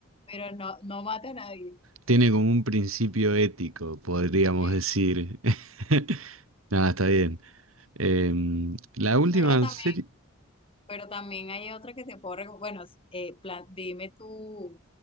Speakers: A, on the left; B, on the right.
A: Pero no, no mata a nadie.
B: Tiene como un principio ético, podríamos
A: Sí,
B: decir.
A: sí.
B: <laughs> Nada, está bien. Em, la última
A: Pero también,
B: serie,
A: pero también hay otra que te puedo recomendar. Bueno, eh, pla- dime tú